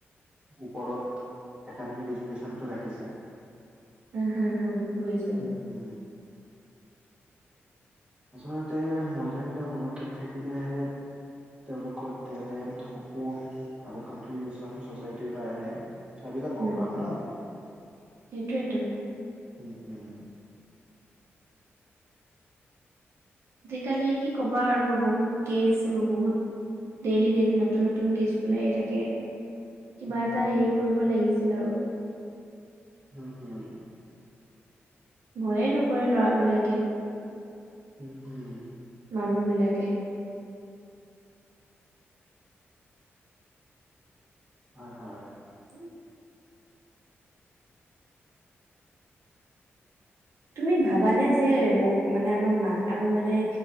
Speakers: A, on the right; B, on the right.
A: ওপৰত একাডেমিক এডুকেশ্যনটো ৰাখিছা
B: উম হম হুম বুজিছোঁ।
A: উম, উম আচলতে মহিলাবিলাক সুৰক্ষিত থাকিলেহে তেওঁলোকৰ টেলেণ্ট, সপোন আৰু কনট্ৰিবিউচন ছ'চাইটিৰ কাৰণে সেইবিলাক গম
B: উম
A: পাম ন আমি
B: সেইটোয়েতো
A: উম উম
B: আজি-কালি কি ক'বা আৰু বহুত কেছ এবোৰ বহুত ডেইলি ডেইলি নতুন নতুন কেছ ওলাই থাকে কিবা
A: হুম,
B: এটা
A: হুম,
B: হেৰি
A: হুম।
B: কৰিব লাগিছিল আৰু
A: উম উম
B: ভয়ে নকৰে ল'ৰাবিলাকে
A: উম উম
B: মানুহ বিলাকে
A: হয় হয়
B: উ তুমি
A: কি
B: ভাবানে যে এবোৰ মানে আমাৰ মান আমাৰ মানে